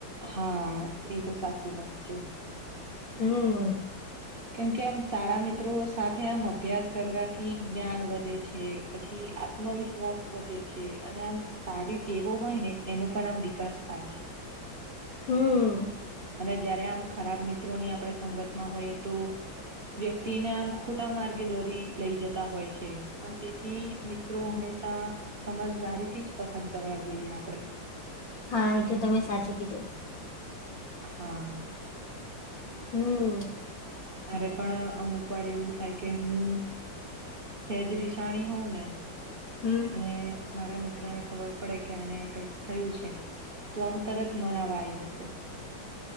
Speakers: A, on the right; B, on the left.
A: હા એ તો સાચી વાત છે
B: હમ
A: કેમ કે આમ સારા મિત્રો સાથે આમ અભ્યાસ કરવાથી જ્ઞાન વધે છે પછી આત્મવિશ્વાસ વધે છે અને આમ સારી ટેવો હોય ને એનો પણ આમ વિકાસ થાય છે
B: હમ્મ.
A: અને જયારે આમ ખરાબ મિત્રોની આપણે સંગત માં હોઈએ તો વ્યક્તિને આમ ખોટા માર્ગે દોરી લઈ જતા હોય છે અને તેથી મિત્રો હંમેશા સમજદારી થી જ પસંદ કરવા જોઈએ આપડણે
B: હા એ તો તમે સાચું કીધું
A: હા
B: હમ
A: મારે પણ અમુક વાર એવું થાય કે હું સેજરીિશાણી હોવ ને
B: હમ્મ,
A: અને મારા મિત્ર ને ખબર પડે કે આને કઈક થયું છે તો આમ તરત મનાવા આવી જશે